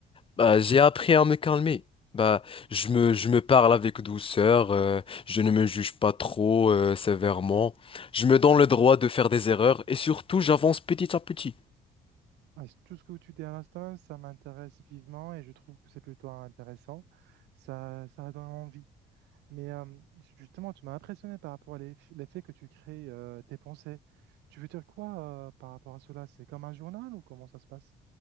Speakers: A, on the left; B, on the right.
A: bah, j'ai appris à me calmer. Bah, je me, je me parle avec douceur, euh, je ne me juge pas trop, euh, sévèrement, je me donne le droit de faire des erreurs et surtout j'avance petit à petit.
B: Ah, c- Tout ce que tu dis à l'instant, ça m'intéresse vivement et je trouve que c'est plutôt intéressant. Ça, ça donne envie. Mais euh, justement, tu m'as impressionné par rapport à l'eff- l'effet que tu crées euh, tes pensées. Tu veux dire quoi euh, par rapport à cela? C'est comme un journal ou comment ça se passe?